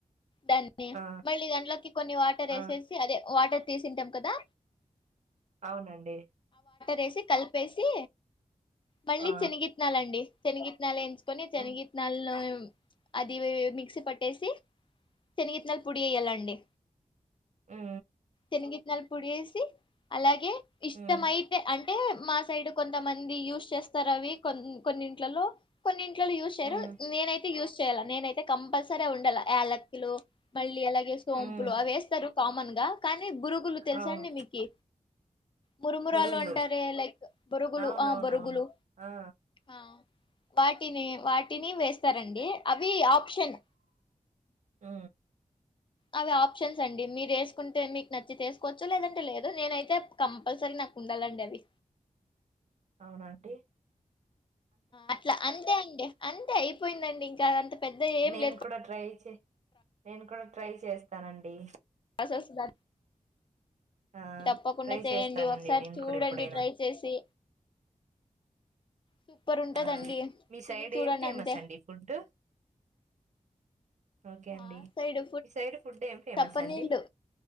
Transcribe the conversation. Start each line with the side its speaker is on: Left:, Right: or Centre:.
Left: దాన్ని
Right: ఆ
Left: మళ్ళీ దాంట్లోకి కొన్ని వాటర్
Right: ఆ
Left: వేసేసి అదే వాటర్ తీసింటాం కదా
Right: అవునండి.
Left: రేసి కలిపేసి మళ్ళీ
Right: ఆ
Left: శనిగిత్తనాలండి. శనిగిత్నాలు వేంచుకొని శనిగిత్
Right: ఉమ్
Left: మల్లో అది ఈ మిక్సీ పట్టేసి శనిగిత్తనాలు పొడి వెయ్యాలండి.
Right: హు
Left: శనిగిత్తనాలు పోడేసి అలాగే ఇష్టము
Right: ఉమ్
Left: అయితే అంటే మా సైడ్ కొంతమంది యూస్ చేస్తారు అవి కొ-కొన్నిట్లలో కొన్ని ట్లోలు యూస్ చెయ్యరు
Right: ఉమ్
Left: నేనైతే యూజ్ చెయ్యలా నేనై తే కంపల్సరి అవి ఉండాల యాలక్కులు మల్ ళ్ళీ అలాగే సోంపులు
Right: ఉమ్
Left: అవెస్తారు కామన్ గా కానీ బురుగులు తెలుసండి
Right: అవును
Left: మీకి మురుమురాలు
Right: బురుగులు
Left: అంటారే లైక్ బరుగులు
Right: అవునవునవును
Left: ఆ బరుగులు
Right: ఆ
Left: ఆ వాటి వాటిని టిని వేస్తారండి అవి ఆప్షన్
Right: మ్
Left: అవి ఆప్షన్స్ అండి మీరు వేసుకుంటే మీకు నచ్చి తీసుకోవచ్చు లేదంటే లేదు నేనైతే కంపల్సరీ నాకు ఉండాలండి అవి
Right: అవునాంటి
Left: అట్లా అంతే అండి అంతే అయిపోయిందండి ఇంకా అంత పెద్ద ఏం
Right: నేను
Left: లేదు
Right: కూడా ట్రై చే నేను కూడా ట్రై చేస్తానండి.
Left: బస్ వస్తుందా
Right: ఆ!
Left: తప్పకుండా
Right: ట్రై
Left: చేయండి
Right: చేస్తానండి
Left: ఒకసారి
Right: నేను
Left: చూడండి
Right: కూడా ఎప్పుడైనా.
Left: ట్రై చేసి సూపర్ ఉంటదండి
Right: ఆ మీ
Left: తిని
Right: సైడ్
Left: చూడండి
Right: ఏం ఫేమస్
Left: అంతే
Right: అండి ఫుడ్డు ఓకే
Left: మా
Right: అండి
Left: సైడ్
Right: మీ సైడ్ ఫుడ్ ఏం ఫేమస్
Left: సప్పనీళ్ళు
Right: అండి